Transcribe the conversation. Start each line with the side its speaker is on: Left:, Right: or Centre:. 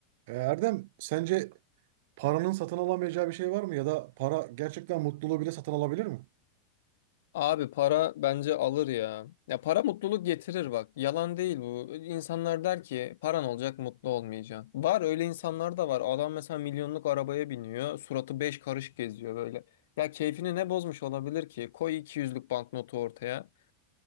Right: E, Erdem, sence paranın satın alamayacağı bir şey var mı? Ya da para gerçekten mutluluğu bile satın alabilir mi?
Left: Abi para bence alır ya. Ya para mutluluk getirir bak. Yalan değil bu. İnsanlar der ki paran olacak mutlu olmayacaksın. Var öyle insanlar da var. Adam mesela milyonluk arabaya biniyor. Suratı beş karış geziyor böyle. Ya keyfini ne bozmuş olabilir ki? Koy 200'lük banknotu ortaya.